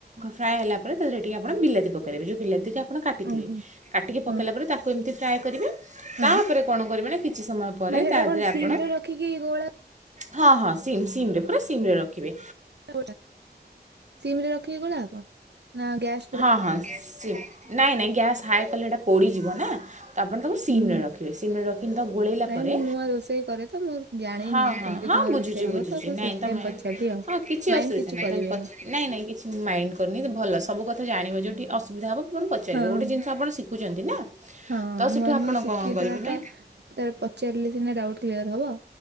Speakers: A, on the right; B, on the right.
A: ଫ୍ରାଏ ହେଲା ପରେ ତାଦେହେରେ ଟିକିଏ ଆପଣ ବିଲାତି ପକେଇ ଦେବେ ଯେଉଁ ବିଲାତି ଟା। ଆପଣ କାଟିଥିବେ
B: ଓହୋ
A: କାଟିକି ପକେଇଲା
B: ହଁ
A: ପରେ ତାକୁ ଏମିତି ଫ୍ରାଏ କରିବେ
B: ହଁ
A: ତାପରେ। କ'ଣ କରିବେ ନା କିଛି ସମୟ ପରେ
B: ମାନେ ସେଟା
A: ତା
B: କଣ
A: ଦେହେରେ ଆପଣ।
B: ସିମ ରେ ରଖିକି ଗୋଳା
A: ହଁ, ହଁ ସିମ୍, ସିମ୍ ରେ ପୁରା ସିମ୍ ରେ ରଖିବେ।
B: <inaudible> ସିମ୍ ରେ ରଖିକି ଗୋଳା ହବ ନା ଗ୍ୟାସ।
A: ହଁ, ହଁ ସେ ନାଇଁ, ନାଇଁ ଗ୍ୟାସ୍ ହାଏ କଲେ ହେଟା ପୋଡିଯିବ ନା। ଆପଣ ତାକୁ ସିମ୍
B: ହୁଁ
A: ରେ ରଖିବେ ସିମ୍ ରେ ରଖିକି ତାକୁ ଗୋଳେଇଲା
B: ନାଇଁ
A: ପରେ
B: ମୁଁ ନୂଆ ରୋଷେଇ କରେ ତ ମୁଁ ଜାଣିନି
A: ହଁ, ହଁ,
B: କେମିତି
A: ହଁ
B: କଣ
A: ବୁଝୁଛି।
B: ରୋଷେଇ ହବ
A: ବୁଝୁଚି,
B: ତ
A: ବୁଝୁଚି
B: ମୁଁ
A: ନାଇଁ
B: ସେଥିପାଇଁ
A: ତମେ
B: ପଚାରିଲି ଆଉ
A: ହଁ କିଛି
B: ମାଇଣ୍ଡ
A: ଅସୁବିଧା
B: କିଛି
A: ନାଇଁ
B: କରିବେନି।
A: ତମେ ପଚା ନାଇଁ, ନାଇଁ କିଛି ମାଇଣ୍ଡି କରୁନି ଭଲ ସବୁ। ସବୁ କଥା ଜାଣିବ ଯେଉଁଠି ଅସୁବିଧା ହବ ପୁଣି ପଚାରିବେ
B: ହଁ
A: ଗୋଟେ ଜିନିଷ ଆପଣ ଣିଖୁଛନ୍ତି ନା।
B: ହଁ
A: ତ
B: ନୂଆ,
A: ସେଠୁ ଆପଣ
B: ନୂଆ ଶିଖିକି
A: କ'ଣ କରିବେ
B: ଦେବାଟା
A: ନା
B: ଯେତେବେଳେ ପଚାରିଲେ ସିନା ଡାଉଟ୍ କ୍ଲିୟର ହବ।